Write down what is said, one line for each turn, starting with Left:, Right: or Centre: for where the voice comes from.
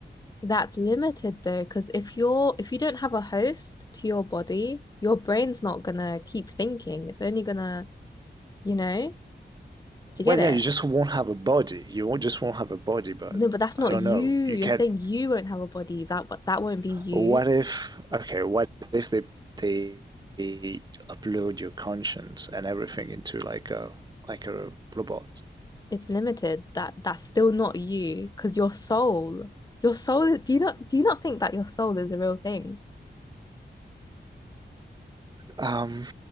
Left: That's limited though, because if you're if you don't have a host to your body, your brain's not gonna keep thinking. It's only gonna, you know, do you
Right: well
Left: get it?
Right: yeah you just won't have a body you won't just won't have a body but
Left: No, but that's not
Right: i don't
Left: you.
Right: know you
Left: You're
Right: can
Left: saying
Right: not
Left: you won't have a body. That but that won't be you.
Right: What if, okay, what if they they, upload your conscience and everything into like a like a robot?
Left: It's limited. That that's still not you, because your soul, your soul. Do you not do you not think that your soul is a real thing?
Right: Um,